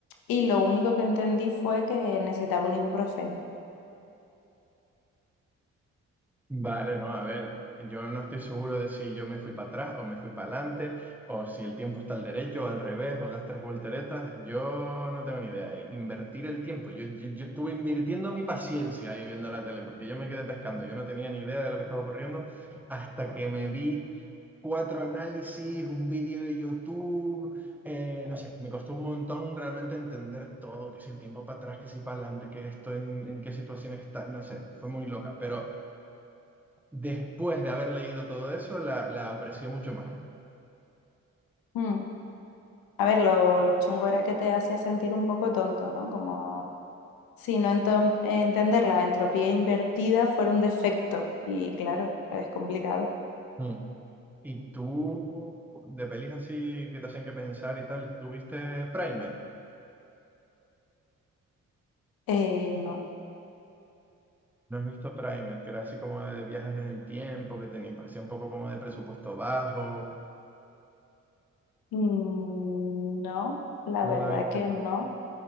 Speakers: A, on the left; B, in the centre.
A: y lo único que entendí fue que necesitaba un ibuprofeno.
B: Vale, no, a ver, yo no estoy seguro de si yo me fui para atrás o me fui para adelante, o si el tiempo está al derecho o al revés, o das tres volteretas, yo no tengo ni idea. Eh, Invertir el tiempo, yo, yo, yo estuve invirtiendo mi paciencia ahí viendo la tele, porque yo me quedé pescando, yo no tenía ni idea de lo que estaba ocurriendo hasta que me vi cuatro análisis, un vídeo de YouTube, eh, no sé, me costó un montón realmente entender todo, que si el tiempo para atrás, que si para adelante, que esto en, en qué situación está, no sé, fue muy loca, pero... Después de haber leído todo eso, la, la aprecié mucho más.
A: Mm. A ver, lo, lo chungo era que te hacía sentir un poco tonto, ¿no? Como... sino enton- entender la entropía invertida fuera un defecto. Y claro, es complicado.
B: Mm. ¿Y tú, de pelis así que te hacen que pensar y tal, tuviste Primer?
A: Eh, no,
B: ¿No has visto Primer? Que era así como de viajes en el tiempo, que tenía, parecía un poco como de presupuesto bajo.
A: Mm, no, la
B: ¿No
A: verdad
B: la viste?
A: que no,